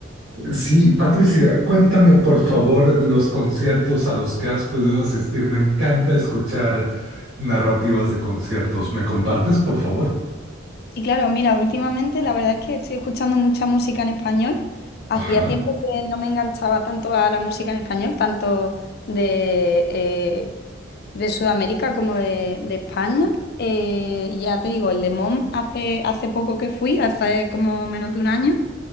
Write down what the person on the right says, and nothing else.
Sí, Patricia, cuéntame por favor los conciertos a los que has podido asistir. Me encanta escuchar narrativas de conciertos. ¿Me compartes, por favor?
Ajá.